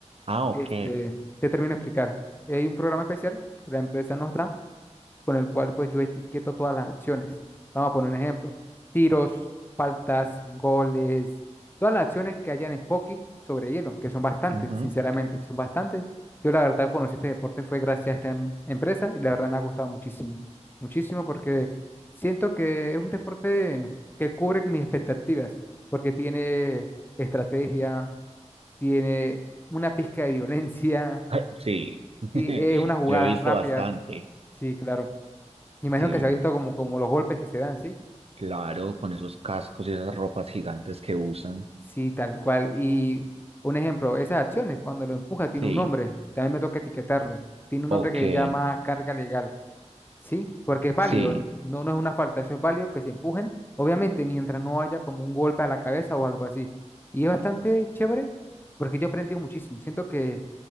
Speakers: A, on the right; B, on the left.
A: Ah, ok.
B: Este, te termino de explicar. Hay un programa especial que la empresa nos da con el cual pues yo etiqueto todas las acciones. Vamos a poner un ejemplo. Tiros, faltas, goles, todas las acciones que hayan en hockey sobre hielo, que son bastantes,
A: Ujú.
B: sinceramente, son bastantes. Yo la verdad conocí este deporte fue gracias a esta em- empresa y la verdad me ha gustado muchísimo, muchísimo porque siento que es un deporte que cubre mis expectativas, porque tiene estrategia, tiene una pizca de violencia,
A: <laughs> Sí, <laughs>
B: ti- es unas jugadas
A: yo he visto
B: rápidas.
A: bastante.
B: Sí, claro. Me imagino
A: Sí,
B: que se ha visto como, como los golpes que se dan, ¿sí?
A: claro, con esos cascos y esas ropas gigantes que usan.
B: Sí, tal cual. Y un ejemplo, esas acciones, cuando lo empuja, tiene
A: Sí,
B: un nombre. También me toca etiquetarlo. Tiene un
A: ok,
B: nombre que se llama carga legal, ¿sí? Porque es válido,
A: sí,
B: no, no es una falta, eso es válido que se empujen, obviamente, mientras no haya como un golpe a la cabeza o algo así. Y es bastante chévere porque yo he aprendido muchísimo. Siento que,